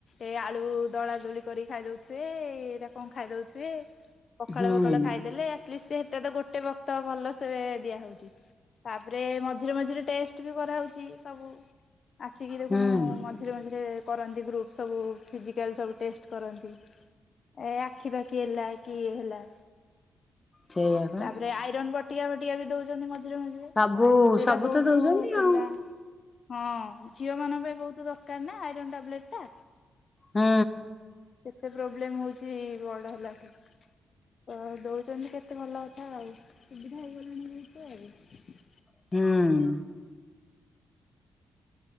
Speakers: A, on the left (about 55°); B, on the left (about 25°).
A: ଏ ଆଳୁ ଦଳା ଦୋଳି କରି ଖାଇ ଦଉଥୁବେ ଏଇଟା କଣ ଖାଇ ଦଉଥୁବେ। ପଖାଳ
B: ହୁଁ
A: ପଖାଳ ଖାଇଦେଲେ ଆଟଲିଷ୍ଟ୍ ସେଟା ତ ଗୋଟେ ବକ୍ତ ଭଲସେ ଦିଆ ହଉଚି। ତାପରେ ମଝିରେ ମଝିରେ ଟେଷ୍ଟ୍ ବି କରାହଉଚି ସବୁ ଆସିକି ଦେଖୁନୁ
B: ହୁଁ
A: ମ ଝିରେ ମଝିରେ କରନ୍ତି ଗ୍ରୁପ୍ ସବୁ ଫିଜିକାଲ୍ ସବୁ ଟେଷ୍ଟ କରନ୍ତି। ଏ ଆଖି ପାଖି ହେଲା କି ଇଏ ହେଲା।
B: ସେଇଆ ବା
A: ତାପରେ ଆଇରନ୍ ବଟିକା ମଟିକା ବି ଦୋଉଚନ୍ତି ମଝିରେ ମଝି
B: ସବୁ
A: ସେଇଟା
B: ସବୁ
A: ବହୁତୁ
B: ତ ଦଉଛନ୍ତି
A: ପିଲା
B: ଆଉ।
A: ହଁ ଝିଅମାନଙ୍କ ପାଇଁ ବହୁତୁ ଦରକାର ନାଁ ଆଇରନ୍ ଟାବଲେଟ୍ ଟା।
B: ହଁ।
A: ଏତେ ପ୍ରୋବ୍ଲେମ୍ ହଉଛି ବଡ଼ ହେଲାଠୁ। ଅ ଦୋଉଚନ୍ତି କେତେ ଭଲ କଥା ଆଉ ସୁବିଧା ହେଇଗଲାଣି ଯେହେତୁ ଆଉ।
B: ହୁଁ।